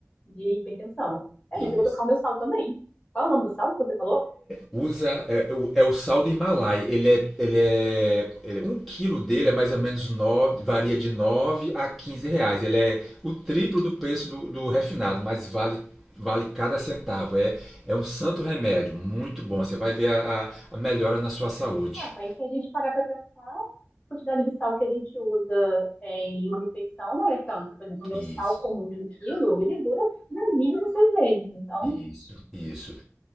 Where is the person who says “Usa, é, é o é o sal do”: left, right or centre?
Centre